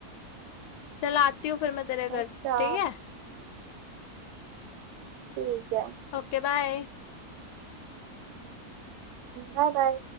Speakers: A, on the left (about 85°); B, on the right (about 85°).
A: चल आती हूँ फिर मैं तेरे घर
B: अच्छा
A: ठीक है
B: ठीक है
A: Okay bye
B: Bye bye